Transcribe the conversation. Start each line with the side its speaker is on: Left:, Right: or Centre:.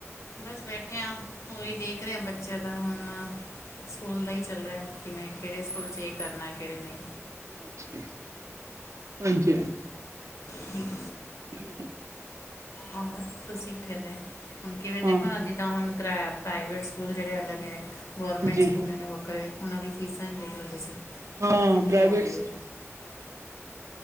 Left: ਬਸ ਬੈਠੇ ਆ। ਹੋਹੀ ਦੇਖ ਰਿਹਾ ਬੱਚਿਆਂ ਦਾ ਹੁਣ। ਸਕੂਲ ਦਾ ਹੀ ਚੱਲ ਰਿਹਾ। ਕਿਵੇਂ ਕਿਹੜੇ ਸਕੂਲ 'ਚ ਇਹ ਕਰਨਾ, ਕਿਹੜੇ ਨਹੀਂ।
Right: ਅੱਛਾ। ਹਾਂਜੀ।
Left: ਠੀਕ।
Right: ਹੂ
Left: ਹੋਰ ਤੁਸੀਂ ਕੀਦੇ? ਹੁਣ ਕਿਵੇਂ ਦੇਖੋ
Right: ਹਾਂ
Left: ਅੱਜ ਤਾਂ ਹੁਣ, ਗ ਪ੍ਰਾਈਵੇਟ ਸਕੂਲ ਜਿਹੜੇ ਅਲੱਗ ਹੈ। ਗੌਰਮੈਂਟ
Right: ਹਾਂਜੀ
Left: ਸਕੂਲ ਨੇ ਵੱਖਰੇ। ਉਹਨਾਂ ਦੀ ਫੀਸਾਂ ਹੀ ਦੇਖ ਲਓ, ਤੁਸੀਂ
Right: ਹਾਂ
Left: ਕਿੰਨੀ
Right: ਪ੍ਰਾਈਵੇਟ
Left: ਹੋ ਗਈ ਹੈ।